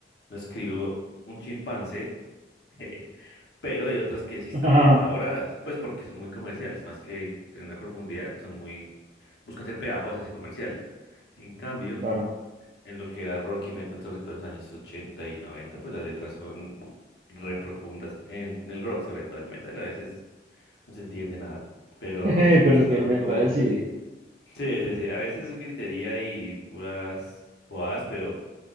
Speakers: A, on the left; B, on the right.
A: no escribo un chimpancé, <laughs> pero hay otras que sí están
B: Ajá,
A: bien elaboradas, pues porque son muy comerciales, más que tienen una profundidad, son muy buscan ser pegajosas y comerciales. En cambio,
B: Claro.
A: en lo que era rock y metal, sobre todo en los años 80 y 90, pues las letras son bu- re profundas en el rock, sobre todo en metal, a veces no se entiende nada. Pero
B: <laughs> Pero
A: si buscaban
B: si el meta
A: como...
B: decide,
A: Sí, sí, sí, a veces es gritería y puras bobadas, pero